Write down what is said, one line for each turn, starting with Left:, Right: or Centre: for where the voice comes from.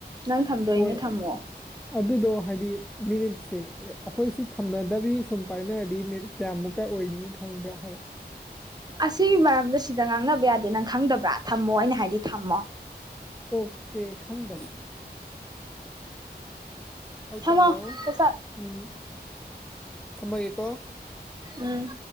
Right: ꯅꯪ ꯊꯝꯗꯣꯏꯅꯦ
Centre: ꯍꯣꯏ
Right: ꯊꯝꯃꯣ
Centre: ꯑꯗꯨꯗꯣ ꯍꯥꯏꯗꯤ ꯃꯤꯅꯤꯠꯁꯦ ꯑꯩꯈꯣꯏꯁꯤ ꯊꯝꯅꯗꯕꯤ ꯁꯨꯝ ꯄꯥꯏꯅꯔꯗꯤ ꯃꯤꯠ ꯀꯌꯥꯃꯨꯛꯀ ꯑꯣꯏꯅꯤ ꯈꯪꯕ꯭ꯔꯥ ꯍꯥꯏꯔꯛ ꯑꯣ
Right: ꯑꯁꯤꯒꯤ ꯃꯔꯝꯗ ꯁꯤꯗ ꯉꯥꯡꯅꯕ ꯌꯥꯗꯦ ꯅꯪ ꯈꯪꯗꯕ꯭ꯔꯥ ꯊꯝꯃꯣ ꯑꯩꯅ ꯍꯥꯏꯗꯤ ꯊꯝꯃꯣ
Centre: ꯑꯣꯀꯦ ꯈꯪꯗ ꯍꯣꯏ
Right: ꯍꯃ
Centre: ꯇꯥꯃꯣ
Right: ꯐꯁ
Centre: ꯎꯝ ꯊꯝꯃꯒꯦꯀꯣ
Right: ꯎꯝ